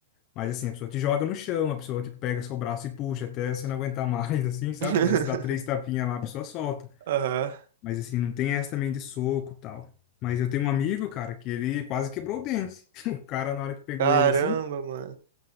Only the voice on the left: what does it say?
Mas assim, a pessoa te joga no chão, a pessoa tipo, pega seu braço e puxa até você não aguentar mais, <laughs> assim, sabe?
Aí você dá três tapinhas lá, a pessoa solta.
Mas assim, não tem essa também de soco e tal. Mas eu tenho um amigo, cara, que ele quase quebrou o dente. <laughs> O cara, na hora que pegou
ele assim,